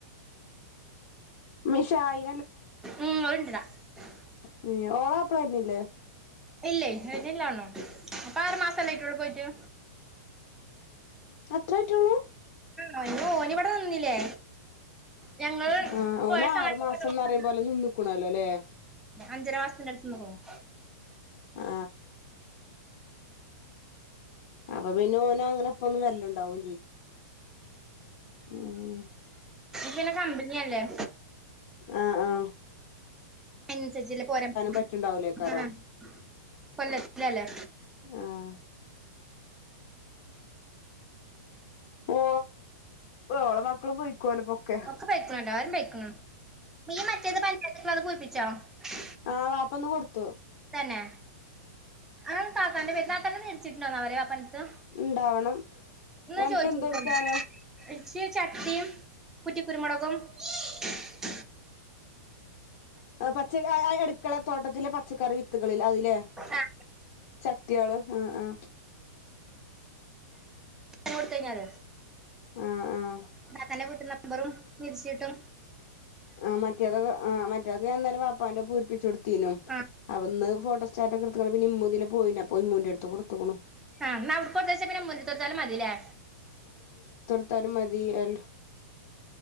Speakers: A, on the left; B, in the centre.
A: മിഷായി
B: ഉം ഉരുണ്ടിതാ ശ്
A: ഉം ഓള അപ്പളായിരുന്നില്ലേ?
B: ഇല്ലേ വരുന്നില്ല തോന്നുന്നു അപ്പൊ ആറു മാസല്ലേ ആയിട്ടുള്ളു പോയിട്ടു?
A: അത്രായിട്ടുള്ളൂ?
B: ആ ഇന്നോനിവിടെ നിന്നില്ലേ. ഞങ്ങള്
A: ആ ഓനാറു
B: പോയ സമയത്ത്
A: മാസം ഫറയുമ്പോലെ നിന്നിക്കണല്ലോ അല്ലേ?
B: അഞ്ചരമാസത്തിന്റടുത്ത്ന്ന് നിന്നുക്കുണു
A: ആ അപ്പൊ പിന്നോനങ്ങനെപ്പൊന്നും വരലോണ്ടാ ണ്ടാവ്വോ ഉം
B: പിന്നെ കമ്പനിയല്ലേ?
A: ആ ആ
B: അയിനനുസരിച്ചല്ലേ പോര
A: പറ്റുണ്ടാവൂലേക്കാരം
B: ഉം കൊല്ലത്തിലല്ലേ?
A: ആഹ് ഓ ഓളെ മക്കളും പോയിക്കോല് ഇപ്പൊക്കെ
B: ഒക്കെ പേയ്ക്ക്ണു എല്ലാരും പൈക്ണ് നീ മറ്റേത് പഞ്ചായത്ത്‌ക്ക്ള്ളത് പൂര് <unintelligible>
A: ആ വാപ്പ ന്ന് കൊട്
B: തന്നെ ആ താത്താന്റെ പേര് തല നെര്ച്ചിട്ടുണ്ടോന്നാവലെ വാപ്പൻ്റെ
A: ഇണ്ടാവണം
B: ന്നാ
A: അനക്ക്
B: ചോയ്ച്ചോക്കണ്ടി
A: എന്ത് കൊടുക്കാനാ
B: ച്ച് ചട്ടിം കുറ്റി കുരുമൊളകും ട് ട്
A: ആ പച്ച കായ് അടുക്കള തോട്ടത്തിലെ പച്ചക്കറി വിത്തുകൾ ലേ അഹ് ലേ
B: ആ
A: ചട്ട്യാള് ആ ആ
B: കൊടുത്തു കഴിഞ്ഞാൽ
A: ആഹ് ആഹ്
B: താത്താന്റെ വീട്ട്ന്ന് നമ്പറും വിരിച്ച് കിട്ടും
A: ആ മറ്റേതൊക്കെ ആ മറ്റൊക്കെ ഞാൻ ഇന്നലെ പ്പാന്റെ പൂരിപ്പിചൊട്തു ത്തീനു
B: ആ
A: അപ്പന്ന് ഫോണ് <unintelligible> പിന്നെമ്മുതിലെ പോയിനു അപ്പൊ മ്മൂന്റെട്ത്ത് കൊട്ത്ത്ക്ക്ണു.
B: ആ ന്ന അവിട്ക്ക് കൊടുത്തയച്ച <unintelligible> മതില്ലേ
A: താലുംമ ഇയൽ